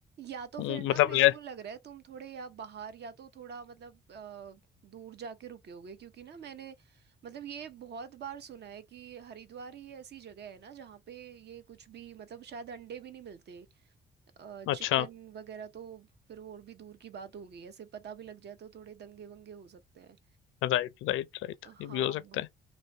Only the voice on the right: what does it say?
या तो
फिर ना
मेरे
को लग रहा है तुम थोड़े या बाहर या तो थोड़ा मतलब अ, दूर जाके रुके होगे क्योंकि ना मैंने मतलब ये बहुत बार सुना है कि हरिद्वार ही ऐसी जगह है ना जहाँ पे ये कुछ भी मतलब शायद अंडे भी नहीं मिलते
चिकन वगैरह तो फिर और भी दूर की बात हो गई ऐसे पता भी लग जाए तो थोड़े दंगे वंगे हो सकते हैं
हाँ